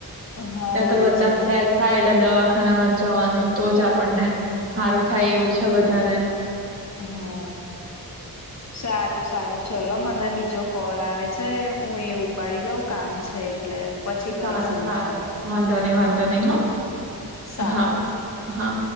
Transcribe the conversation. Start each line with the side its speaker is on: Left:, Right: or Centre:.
Left: હા
Right: ત્યાં
Left: એજ
Right: તો બધા
Left: ને
Right: સેજ થાય એટલે દવાખાનામાં જવાનું તો જ આપ આપણને
Left: હા
Right: સારું થાય એવું છે બ તને
Left: હા સારું સારું ચલો મને બીજો કોલ આવે છે હું એ ઉપાડી લઉં કામ છે એટલે પછી કરીશ
Right: સારું
Left: તમને
Right: સારું
Left: કોલ
Right: વાંધો નઈ વાંધો નહી હા
Left: સારું
Right: હા હા